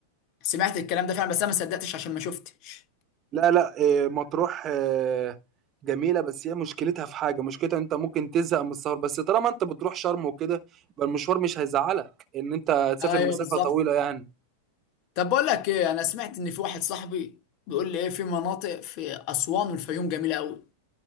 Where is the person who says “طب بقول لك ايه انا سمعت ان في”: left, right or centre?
Left